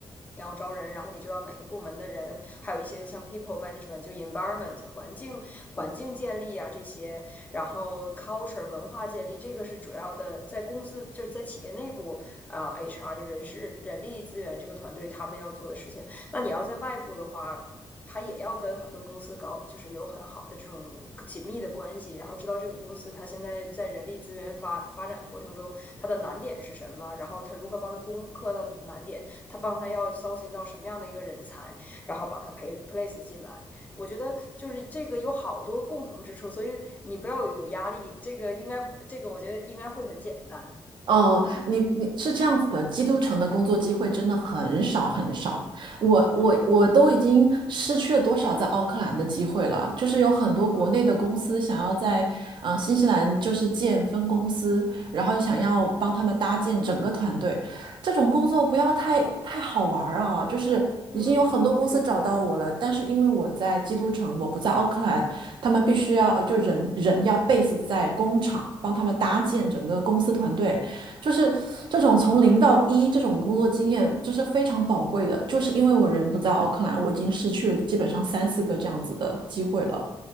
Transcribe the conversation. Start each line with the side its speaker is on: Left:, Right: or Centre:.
Left: 你要招人，然后你知道每个部门的人，还有一些像 people management，就 environment 环境环境建立啊这些，然后 culture 文化建立，这个是主要的，在公司就是在企业内部啊、呃 HR 就人事人力资源这个团队他们要做的事情。那你要在外部的话，他也要跟很多公司搞，就是有很好的这种紧密的关系，然后知道这个公司他现在在人力资源发发展过程中他的难点是什么，然后他如何帮他攻克到难点，他帮他要搜寻到什么样的一个人才，然后把他培 place 进来。我觉得就是这个有好多共同之处，所以你不要有压力，这个应该这个我觉得应该会很简单。
Right: 呃，你你是这样子的，基督城的工作机会真的很少很少。我我我都已经失去了多少在奥克兰的机会了？
Left: 嗯
Right: 就是有很多国内的公司想要在呃、
Left: 嗯
Right: 新西兰就是建分公司，然后想要帮他们搭建整个团队。这种工作不要太太好玩儿啊！就是已经有很多公司找到我了，
Left: 嗯嗯。嗯
Right: 但是因为我在基督城，我不在奥克兰，他们必须要呃就人人要 base 在工厂，帮他们搭建整个公司团队。就是这种从零到一这种工作经验，就是非常宝贵的。就是因为我人不在奥克兰，我已经失去了基本上三四个这样子的机会了，